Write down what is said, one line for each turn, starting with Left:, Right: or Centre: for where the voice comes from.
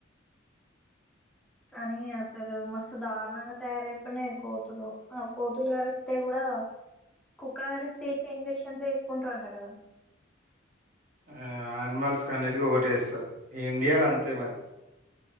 Centre: కానీ అసలు మస్తు దారుణంగా తయార్ అయితూనై కోతులు, ఆ కోతులు కరిస్తే కూడా కుక్క కరిస్తే వేసిన ఇంజక్షన్స్ వేసుకుంటారుంట కదా.
Right: ఆ ఆనిమల్స్ కన్నిటిక ఒకటి వేస్తారు ఇండియాలో అంతే మరి